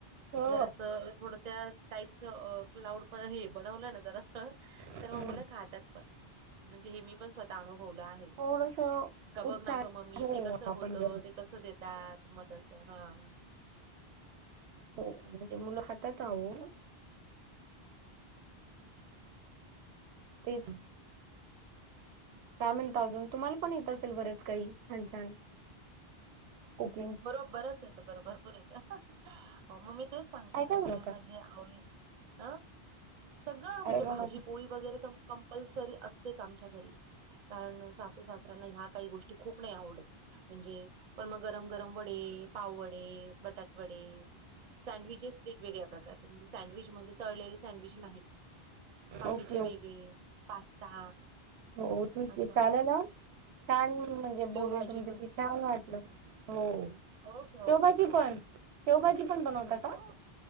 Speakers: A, on the right; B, on the right.
A: हो
B: जर असं थोड त्या टाईपच. लाऊड पण हे बनवलं ना जरा
A: हम्म
B: तर मग मुलं खातात. पण म्हणजे हे, मी पण स्वतः अनुभवलं आहे.
A: थोडसं
B: ते बघ
A: उत्साह
B: ना गं मम्मी
A: हो
B: ते, कसं
A: आपण
B: होतं.
A: जर
B: ते कसं देत त्यात मग तसं हां.
A: हो म्हणजे मुलं खातात आहों.
B: हम्म.
A: तेच.
B: हम्.
A: काय म्हणता अजून, तुम्हाला पण येत असेल बरंच काही छान छान.
B: हो
A: कुकिंगच
B: बरो बरंच येत, बरो भरपूर येत. हो मग मी तेच सांगते
A: काय काय
B: ना, मुलांना
A: बनवता?
B: जे आवडेल. अं सगळं
A: काय
B: म्हणजे
A: बनवता
B: भाजी पोळी. वगैरे तर कंपल्सरी असतेच आमच्या घरी. कारण सासू सासर्यांना ह्या काही गोष्टी खूप नाही आवडत. म्हणजे, पण मग गरम वडे, पाव वडे, बटाटे वडे. सँडविचचेस वेगवेगळ्या प्रकारचे, म्हणजे सँडविच म्हणजे तळलेले सँडविच नाहीत. बाकीचे
A: ओके ओके.
B: वेगळे पास्ता.
A: हो ठीक
B: असं
A: <unintelligible> छान म्हणजे
B: शेवभाजी
A: बोलून, तुमच्याशी
B: म्हण
A: छान वाटलं हो.
B: ओके
A: शेवभाजी
B: ओके चालेल.
A: पण शेवभाजी पण बनवता का.
B: हो